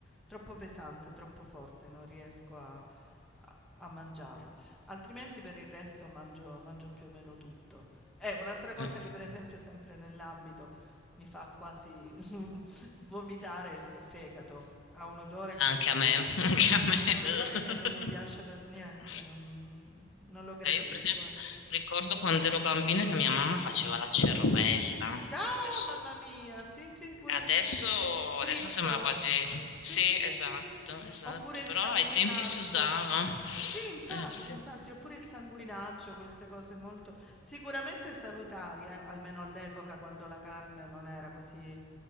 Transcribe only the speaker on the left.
Mm.
Anche
a me,
<laughs> anche a me.
<laughs>
Eh, io per esempio
ricordo quando ero bambina che mia mamma faceva la cervella.
Adesso,
adesso,
adesso sembra quasi...
Sì,
esatto,
esatto,
però
ai tempi si usava.
Eh, sì.